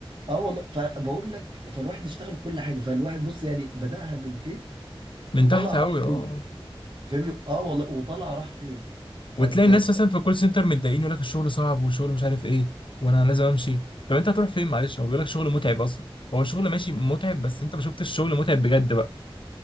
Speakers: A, on the right; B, on the left.
A: اه والله فبقول لك فالواحد اشتغل كل حاجه فالواحد بص يعني بدأها من فين
B: من
A: وطلع
B: تحت قوي
A: راح
B: اه
A: فين فاهمني اه والله وطلع راح فين فانت
B: وتلاقي الناس مثلا في الكول سنتر متضايقين يقول لك الشغل صعب والشغل مش عارف ايه وانا لازم امشي طب انت هتروح فين معلش هو بيقول لك شغل متعب اصلا هو شغل ماشي متعب بس انت ما شفتش الشغل متعب بجد بقى